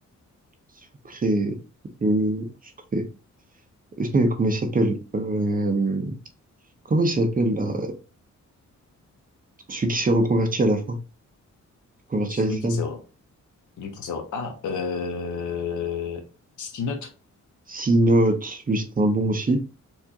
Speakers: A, on the right (about 30°); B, on the left (about 80°).
A: Sucré, le, Sucré. Euh, Sinon, comment il s'appelle? Euh, comment il s'appelle, là? Celui qui s'est reconverti à la fin, converti
B: Celui
A: à l'islam.
B: qui s'est... Celui qui s'est... Ah, euh... Sinote.
A: Six notes, lui c'était un bon aussi.